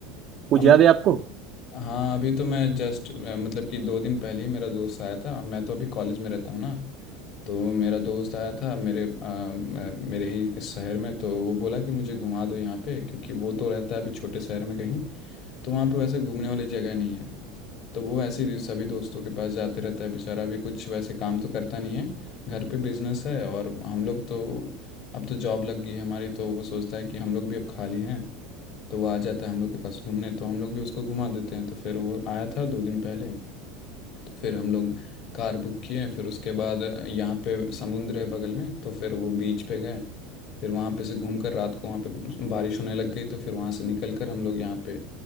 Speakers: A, on the right (about 45°); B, on the left (about 50°).
A: कुछ
B: हम
A: याद है आपको
B: हाँ अभी तो मैं जस्ट मतलब कि दो दिन पहले ही मेरा दोस्त आया था मैं तो अभी कॉलेज में रहता हूँ ना तो मेरा दोस्त आया था मेरे आ, मेरे ही इस शहर में तो वो बोला कि मुझे घुमा दो यहाँ पे क्योंकि वो तो रहता है अभी छोटे शहर में कहीं तो वहाँ पे वैसे घूमने वाली जगह नहीं है तो वो ऐसे ही सभी दोस्तों के पास जाते रहता है बेचारा भी कुछ वैसे काम तो करता नहीं है घर पे बिजनेस है और हम लोग तो अब तो जॉब लग गई है हमारी तो वो सोचता है कि हम लोग भी अब खाली हैं तो वो आ जाता है हम लोग के पास घूमने तो हम लोग भी उसको घुमा देते हैं तो फिर वो आया था दो दिन पहले फिर हम लोग कार बुक किए फिर उसके बाद यहाँ पे समुंदर है बगल में तो फिर वो बीच पे गए फिर वहाँ पे से घूम कर रात को वहाँ पे बारिश होने लग गई तो फिर वहाँ से निकल कर हम लोग यहाँ पे